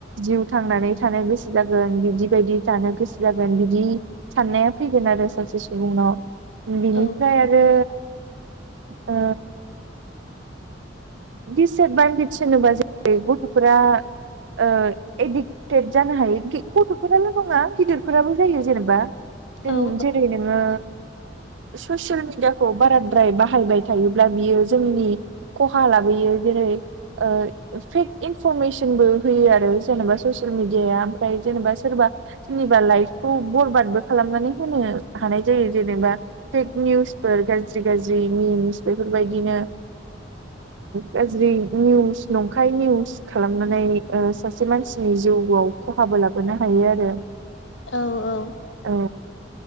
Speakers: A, on the right (about 75°); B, on the left (about 70°).
A: जिउ थांनानै थ गोस गोसो जागोन बिदि बायदि जानो गोसो जागोन बिदि साननाया फैगोन आरो सासे सुबनाव। बिनिफ्राय
B: औ
A: आरो ओ दिसएदभान्टेज होनोबा <inaudible> गथ'फोरा ओ एदि ट्रेद जानो हायो गथ'फोराल' नङा गिदिरफोराबो जायो जेनेबा।
B: औ
A: जेरै नोङो ससियेल मिडिया खौ बाराद्राय बाहायबाय थायोब्ला बियो जोंनि खहा लाबोयो जेरै ओ फेक इनफरमेसनबो होयो आरो, जेनेबा ससियेल मिडियाया ओमफ्राय जेनेबा सोरबा सोरनिबा लाइफखौ बरबादबो खालामनानै होनो हानाय जायो जेनेबा। फेक निउसफोर गाज्रि गाज्रि मिम्स बेफोरबायदिनो गाज्रि निउस नंखाय निउस खालामनानै सासे मानसिनि जिउआव खहाबो लाबोनो हायो आरो।
B: औ औ।
A: औ।